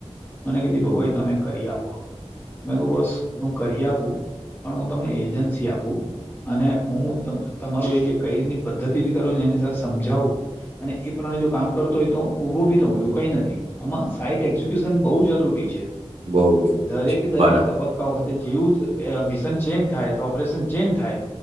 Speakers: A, on the left; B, on the right.
A: મને કે દીપક
B: હમ,
A: ભાઈ તમે કરી આપો. મેં કહ્યું, બસ હું કરી આપું, પણ હું તમને એજન્સી આપું. અને હું તમારું એ જે કઈ રીતની પદ્ધતિ કરુંને, એની સાથે સમજાવું. અને એ પ્રમાણે જો કામ કરતો હોય તો, ઊભો બી રહુ એવું કંઈ નથી. આમાં સાઈટ એક્ઝિક્યુશન બહુ જરૂરી છે.
B: બહુ જરૂરી
A: દરેક
B: છે
A: દરેક
B: બરાબર
A: તબક્કા વખતે જેવું મિશન ચેન્જ થાય, તો ઓપરેશન. ચેન્જ થાય